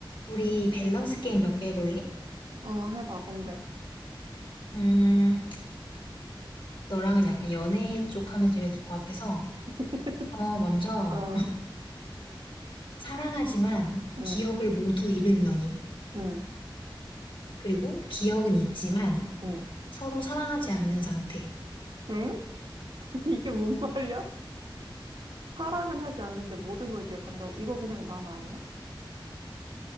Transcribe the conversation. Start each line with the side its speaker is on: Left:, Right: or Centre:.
Left: 우리 밸런스 게임 몇 개 해볼래?
Right: 어, 해봐, 뭔데?
Left: 음, 너랑은 약간 연애 쪽 하면 재밌을 것 같아서,
Right: <laughs>
Left: 어, 먼저,
Right: 어,
Left: 사랑하지만
Right: 응,
Left: 기억을 모두 잃은 연인.
Right: 응,
Left: 그리고 기억은 있지만
Right: 응.
Left: 서로 사랑하지 않는 상태.
Right: 엥? <laughs> 이게 뭔 말이야? 사랑은 하지 않는데 모든 걸 기억한다고? 이거 그냥 남 아니야?